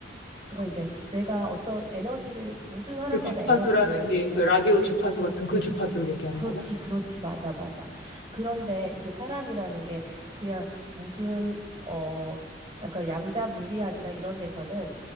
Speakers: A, on the right (about 25°); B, on the left (about 65°).
A: 그러니까
B: 그,
A: 이제 내가 어떤 에너지를 모든 사람마다
B: 그 주파수라는
A: 에너지를
B: 게
A: 이렇게
B: 그 라디오 주파수 같은 그 주파수를 얘기하는
A: 그렇지,
B: 거야?
A: 그렇지, 맞아, 맞아. 그런데 이게 사람이라는 게 그냥 모든, 어, 약간 양자 물리학이나 이런 데서는